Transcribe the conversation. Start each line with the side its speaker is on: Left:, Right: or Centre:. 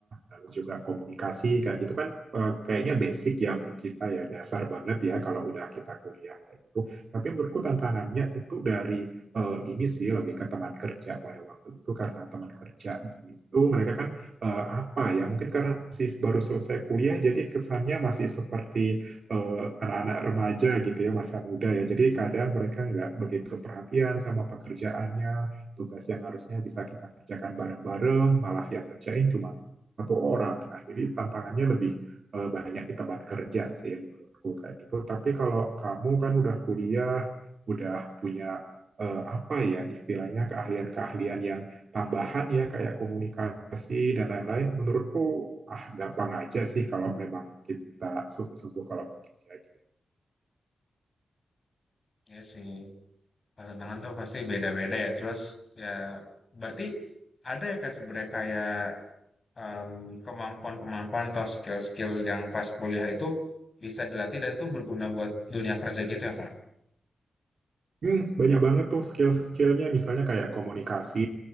Right: lalu juga komunikasi kayak gitu kan eh, kayaknya basic ya untuk kita ya dasar banget ya kalau udah kita kuliah kayak gitu tapi menurutku tantangannya itu dari eh, ini sih lebih ke teman kerja pada waktu itu karena teman kerja gitu mereka kan eh, apa ya, mungkin karena masih baru selesai kuliah, jadi kesannya masih seperti eh, anak-anak remaja gitu ya, masa muda ya. Jadi kadang mereka nggak begitu perhatian sama pekerjaannya, tugas yang harusnya bisa kita kerjakan bareng-bareng, malah yang ngerjain cuma satu orang. Nah, jadi tantangannya lebih eh, banyak di tempat kerja sih menurutku kayak gitu. Tapi kalau kamu kan udah kuliah, udah punya eh, apa ya istilahnya keahlian-keahlian yang tambahan ya kayak komunikasi dan lain-lain menurutku ah gampang aja sih kalau memang kita sungguh-sungguh kalau bekerja gitu.
Left: Ya sih, kalau tantangan tuh pasti beda-beda ya. Terus ya berarti ada ya kayak sebenarnya kayak em, kemampuan-kemampuan atau skill-skill yang pas kuliah itu bisa dilatih dan tuh berguna buat dunia kerja gitu ya
Right: Hmm, banyak banget tuh skill-skillnya, misalnya kayak komunikasi.